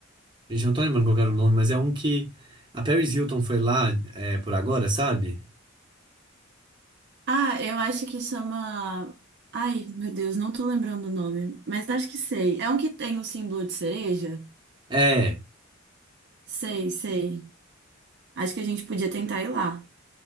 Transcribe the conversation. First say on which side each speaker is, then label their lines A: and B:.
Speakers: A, on the right; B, on the right.
A: Gente, eu não tô lembrando qual que era o nome, mas é um que a Paris Hilton foi lá é, por agora, sabe?
B: Ah, eu acho que chama. Ai, meu Deus, não tô lembrando o nome, mas acho que sei. É um que tem o símbolo de cereja?
A: É,
B: Sei, sei. Acho que a gente podia tentar ir lá.